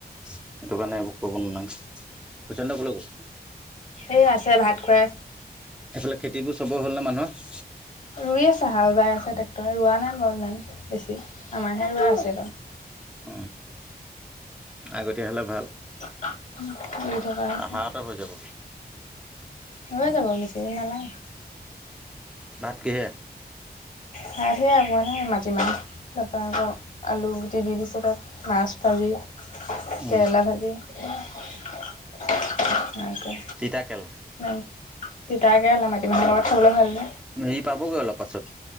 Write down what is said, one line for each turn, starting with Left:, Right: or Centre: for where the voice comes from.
Centre: সেইটো কাৰণে এইবোৰ কৰিব নালাগে, <unintelligible> কলৈ গ'ল?
Left: এ আছে ভাত খুৱাই
Centre: এইফালে খেতিবোৰ চবৰে হ'ল নে মানুৰ?
Left: ৰুই আছে হাল বাই আছে ট্ৰেক্টৰে, ৰোৱা নাই বাৰু ইমান বেছি আমাৰহে ৰোৱা আছে বাৰু।
Centre: উম, আগতীয়া হ'লে ভাল।
Left: <unintelligible> কৰি থকা হৈছে।
Centre: আহাৰতে হৈ যাব।
Left: হৈ যাব বেছিদিন নালাগে।
Centre: ভাত কিহে?
Left: ভাত সেইয়া কোৱা নাই মাটিমাহ। তাৰপৰা আকৌ আলুগুটি দি দিছোঁ তাত মাছ ভাজি।
Centre: উম।
Left: কেৰেলা ভাজি এনেকে।
Centre: তিতা কেৰেলা,
Left: তিতাকেৰেলা মাটিমাহৰ লগত খাবলৈ ভাল যে।
Centre: ই পাবগৈ অলপ পাছত।